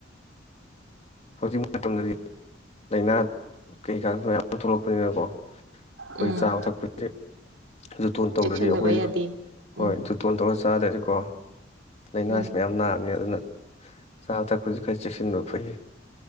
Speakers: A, on the left (about 35°); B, on the right (about 80°).
A: ꯍꯧꯖꯤꯛ ꯃꯇꯝꯗꯗꯤ ꯂꯥꯏꯅꯥ ꯀꯩꯀꯥ ꯃꯌꯥꯝ ꯊꯣꯛꯂꯛꯄꯅꯤꯅꯀꯣ
B: ꯎꯝ
A: ꯑꯩꯣꯏ ꯆꯥ ꯊ ꯎꯝ ꯖꯨꯇꯣꯟ ꯇꯧꯔꯗꯤ
B: ꯆꯦꯛꯁꯤꯟꯗꯕ
A: ꯑꯩꯈꯣꯏ
B: ꯌꯥꯗꯦ ꯎꯝ
A: ꯍꯣꯏ ꯨꯇꯣꯟ ꯇꯧꯔ ꯆꯥꯗꯔꯤꯀꯣ ꯂꯥꯏꯅꯥꯁꯤ
B: ꯎꯝ
A: ꯃꯌꯥꯝ ꯅꯥꯕꯅꯤ ꯑꯗꯨꯅ ꯆꯥꯕ ꯊꯛꯄꯁꯤ ꯆꯦꯛꯁꯤꯟꯕ ꯐꯩꯏ